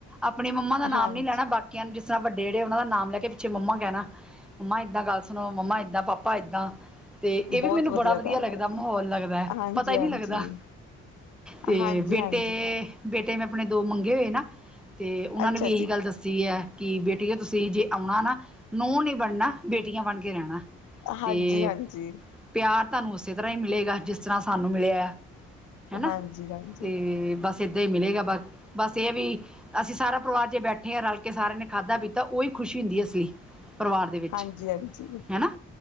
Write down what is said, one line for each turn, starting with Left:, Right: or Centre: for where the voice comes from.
Centre: ਆਪਣੇ ਮੰਮਾ ਦਾ ਨਾਮ
Left: ਹਾਂਜੀ
Centre: ਨੀ ਲੈਣਾ ਬਾਕੀਆਂ ਨੂੰ ਜਿਸ ਤਰ੍ਹਾਂ ਵੱਡਾ ਜਿਹੜੇ ਉਹਨਾਂ ਦਾ ਨਾਮ ਲੈ ਕੇ ਪਿੱਛੇ ਮੰਮਾ ਕਹਿਣਾ, ਮੰਮਾ ਏਦਾਂ ਗੱਲ ਸੁਣੋ ਮੰਮਾ ਏਦਾਂ, ਪਾਪਾ ਏਦਾਂ। ਤੇ
Left: ਬਹੁਤ
Centre: ਇਹ ਵੀ ਮੈਨੂੰ ਬੜਾ ਵਧੀਆ
Left: ਗੱਲ
Centre: ਲੱਗਦਾ,
Left: ਹੈ
Centre: ਮਾਹੌਲ
Left: ਜੀ
Centre: ਲੱਗਦਾ ਹੈ
Left: ਹਾਂਜੀ-ਹਾਂਜੀ।
Centre: ਪਤਾ ਹੀ ਨਹੀਂ ਲੱਗਦਾ। ਤੇ
Left: ਹਾਂਜੀ-ਹਾਂਜੀ,
Centre: ਬੇਟੇ, ਬੇਟੇ ਮੈਂ ਆਪਣੇ ਦੋ ਮੰਗੇ ਹੋਏ ਨਾ ਅਤੇ ਉਹਨਾਂ
Left: ਅੱਛਾ
Centre: ਨੇ ਵੀ ਇਹੀ
Left: ਜੀ,
Centre: ਗੱਲ ਦੱਸੀ ਹੈ। ਕਿ ਬੇਟੀਆ ਤੁਸੀਂ ਜੇ ਆਉਣਾ ਨਾ ਨੂੰਹ ਨੀ ਬਣਨਾ ਬੇਟੀਆਂ ਬਣ ਕੇ ਰਹਿਣਾ
Left: ਹਾਂਜੀ
Centre: ਤੇ
Left: -ਹਾਂਜੀ।
Centre: ਪਿਆਰ ਤੁਹਾਨੂੰ ਉਸੇ ਤਰ੍ਹਾਂ ਹੀ ਮਿਲੇਗਾ, ਜਿਸ ਤਰ੍ਹਾਂ ਸਾਨੂੰ ਮਿਲਿਆ ਆ ਹਨਾ
Left: ਹਾਂਜੀ-ਹਾਂਜੀ,
Centre: ਤੇ ਬਸ ਸਿੱਧਾ ਹੀ ਮਿਲੇਗਾ ਬਸ, ਬਸ ਇਹ ਹੈ ਵੀ ਅਸੀਂ ਸਾਰਾ ਪਰਿਵਾਰ ਜੇ ਬੈਠੇ ਹਾਂ ਰਲ ਕੇ ਸਾਰਿਆ ਨੇ ਖਾਧਾ ਪੀਤਾ ਉਹੀ ਖੁਸ਼ੀ ਹੁੰਦੀ ਅਸਲੀ ਪਰਿਵਾਰ ਦੇ ਵਿੱਚ
Left: ਹਾਂਜੀ-ਹਾਂਜੀ।
Centre: ਹੈ ਨਾ